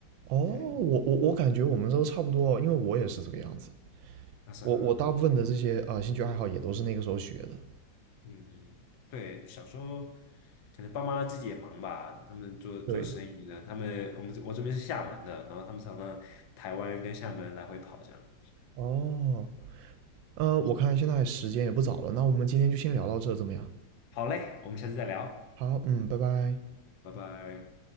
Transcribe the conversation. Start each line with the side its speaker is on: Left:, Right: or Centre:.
Right: 哦，我我我感觉我们都差不多，
Left: 对，
Right: 因为我也是这个样子。
Left: 那是很。
Right: 我我大部分的这些啊呃兴趣爱好也都是那个时候学的。
Left: 嗯嗯，对，小时候可能爸妈自己也忙吧，他们做做生意的，
Right: 对，
Left: 他们我们我这边是厦门的，然后他们常常台湾跟厦门来回跑这样。
Right: 哦，呃，我看现在时间也不早了，那我们今天就先聊到这，怎么样？
Left: 好嘞，我们下次再聊，
Right: 好，嗯，拜拜。
Left: 拜拜。